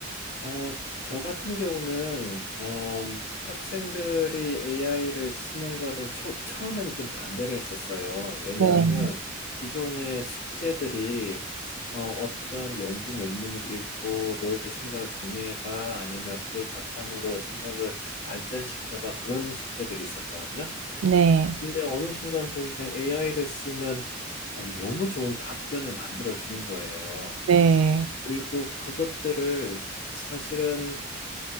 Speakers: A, on the left; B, on the right.
A: 어, 저 같은 경우는 음, 학생들이 AI를 쓰는 거는 초, 처음에는 좀 반대를 했었어요. 왜냐하면
B: 네.
A: 기존의 숙제들이 어, 어떤 연구 논문을 읽고 너의 생각을 정리해봐 아니면 그걸 바탕으로 생각을 발전시켜봐 그런 숙제들이 있었거든요.
B: 네.
A: 근데 어느 순간 보니까 AI를 쓰면 어, 너무 좋은 답변을 만들어주는 거예요.
B: 네.
A: 그리고 그것들을 사실은